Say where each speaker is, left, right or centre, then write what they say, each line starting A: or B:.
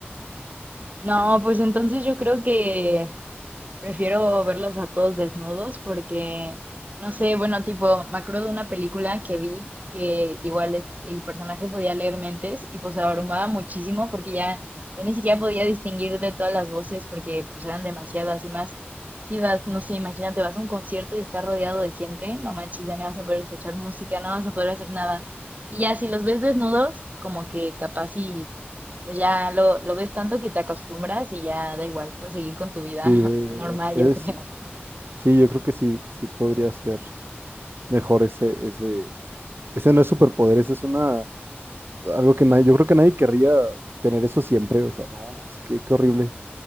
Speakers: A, on the right; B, on the right.
A: no, pues entonces yo creo que Prefiero verlos a todos desnudos porque, no sé, bueno, tipo, me acuerdo de una película que vi que igual es- el personaje podía leer mentes y pues abrumaba muchísimo porque ya, ya ni siquiera podía distinguir de todas las voces porque pues eran demasiadas y más. Si vas, no sé, imagínate, vas a un concierto y estás rodeado de gente, no manches, ya no vas a poder escuchar música, no vas a poder hacer nada. Y ya si los ves desnudos, como que capaz pues ya lo, lo ves tanto que te acostumbras y ya da igual, puedes seguir con tu vida
B: Sí eh,
A: <laughs> normal,
B: es,
A: yo creo.
B: sí, yo creo que sí, sí podría ser mejor ese, ese, ese no es superpoder, ese es una algo que nadie, yo creo que nadie querría tener eso siempre, o sea, no, no sé qué, qué horrible.